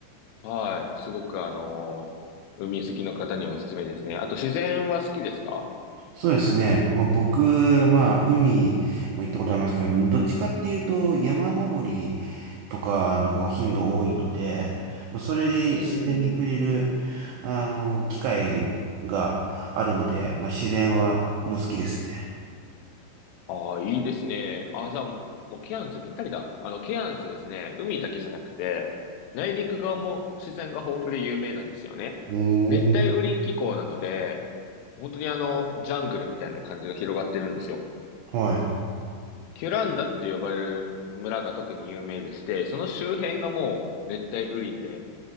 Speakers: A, on the left (about 85°); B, on the right (about 85°).
A: はい。すごくあの海好きの方にはおすすめですね。あと自然は好きですか
B: そうですね。まあ、僕、まあ、海も行ったことありますけど、どっちかっていうと、山登りとかの方が頻度多いので、まあそれで自然に触れる、
A: うんうんうん。
B: あの、機会があるので、まあ、自然はもう好きですね。
A: ああ、いいですね。ああ、じゃあもうケアンズぴったりだ。あの、ケアンズですね、海だけじゃなくて、内陸側も自然が豊富で有名なんですよね。
B: うーん。
A: 熱帯雨林気候なので、本当にあの、ジャングルみたいな感じが広がってるんですよ。
B: はい。
A: キュランダって呼ばれる村が特に有名でして、その周辺がもう熱帯雨林で